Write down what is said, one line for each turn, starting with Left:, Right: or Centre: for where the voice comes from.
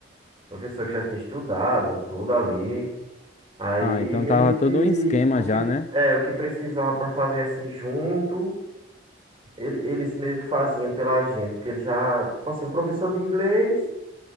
Right: professor que já tinha estudado tudo ali. Aí
Left: Ah, então
Right: meio
Left: tava
Right: que
Left: todo um esquema
Right: o
Left: já,
Right: que
Left: né?
Right: é o que precisava para fazer assim junto, ele- eles meio que faziam pela gente, porque ele já, tipo assim, um professor de inglês,